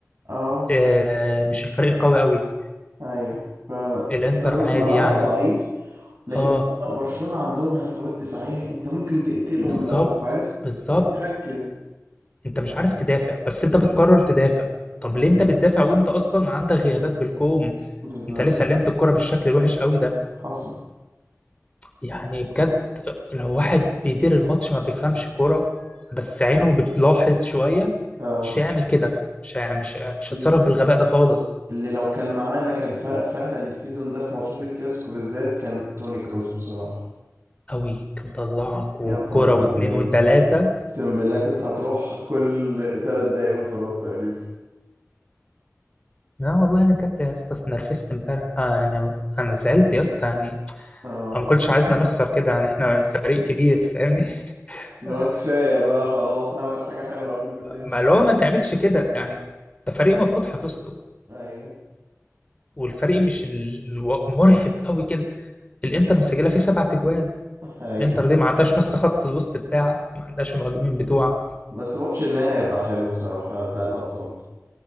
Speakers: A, on the right; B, on the left.
A: اه
B: آه مش الفريق القوي قوي
A: ايوه فعلا
B: الانتر
A: انت نص
B: عادي
A: ملعبها
B: يعني
A: ضعيف لكن
B: اه
A: برشلونة عندهم هفوات دفاعية انت ممكن تقتلهم
B: بالظبط
A: لو لو عرفت
B: بالظبط
A: تركز
B: انت مش عارف تدافع بس انت بتقرر تدافع طب ليه انت بتدافع وانت اصلا عندك غيابات بالكوم
A: بالظبط
B: انت ليه سلمت الكرة بالشكل الوحش قوي ده
A: حصل
B: يعني بجد لو واحد بيدير الماتش ما بيفهمش كرة بس عينه بتلاحظ شوية
A: اه
B: مش هيعمل كده مش هيعمل- مش مش
A: ال-
B: هتصرف بالغباء ده خالص
A: اللي لو كان معانا كان فرق فعلا السيزون ده في ماتشات الكلاسيكو بالذات كان توني كروس بصراحة
B: قوي كان طلعك وبكرة
A: يا نهار
B: واتنين
A: ابيض
B: وتلاتة
A: اقسم بالله كنت هتروح كل ثلاث دقايق انفراد تقريبا
B: لا والله انا بجد يا اسطى اتنرفزت امبارح آه يعني انا زعلت يا اسطى يعني
A: اه
B: أنا ما كنتش عايزنا نخسر كده يعني احنا فريق كبير فاهمني <laughs>
A: لو
B: آه،
A: كفاية بقى خلاص اعمل حاجة حلوة قبل ما تمشي
B: ما اللي هو ما تعملش كده يعني انت فريق المفروض حفظته
A: ايوه
B: والفريق مش الو- مرعب قوي كده الانتر مسجله فيه سبع تجوان
A: ايوه
B: الانتر دي ما عندهاش نص خط الوسط بتاعك ما عندهاش المهاجمين بتوعك
A: بس ماتش النهائي هيبقى حلو بصراحة بتاع الأبطال